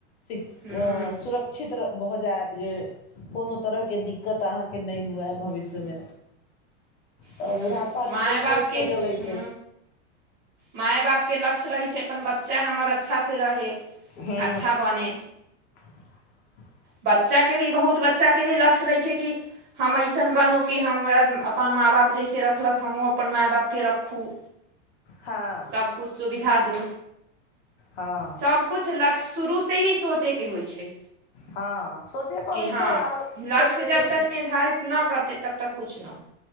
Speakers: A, on the left; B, on the right.
A: सख
B: हूँ
A: सुरक्ष <inaudible> ्षित्र भऽ जायब जे कोनो तरहके दिक्कत अहाँके नहि हुए भविष्यमे तऽ
B: हू
A: बुढ़ापा लेल
B: माय
A: लोक
B: बापके
A: सोचि कऽ
B: हू
A: चलै छै
B: माय बापके लक्ष्य रहै छै अपन बच्चा हमर अच्छासँ रहै
A: हँ
B: अच्छा बनै।
A: <inaudible>
B: बच्चाके भी बहुत बच्चाके भी लक्ष्य रहै छै कि हम अइसन बनू कि हमर अपन माँ-बाप जैसे रखलक हमहूँ अपन माय बापके रखू
A: हँ
B: सबकुछ सुविधा दू,
A: हँ
B: सबकुछ लक्ष्य शुरू से ही सोचैके होइ छै
A: हँ सोचय पड़ै
B: कि हँ
A: छै आओर
B: लक्ष्य
A: ई छै जे
B: जब
A: देखि
B: तक निर्धारित ना करतै तब तक कुछ ना